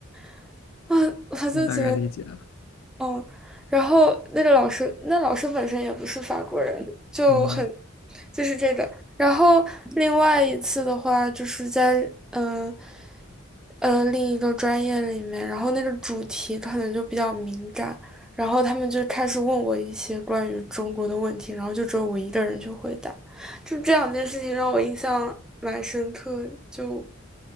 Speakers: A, in the centre; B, on the left.
A: <laughs> 我我就觉得。
B: 我大概理解了。
A: 嗯，然后那个老师，那老师本身也不是法国人，就很，
B: 嗯，
A: 就是这个。然后另外一次的话，就是在嗯呃，呃另一个专业里面，然后那个主题可能就比较敏感，然后他们就开始问我一些关于中国的问题，然后就只有我一个人去回答，就这两件事情让我印象蛮深刻，就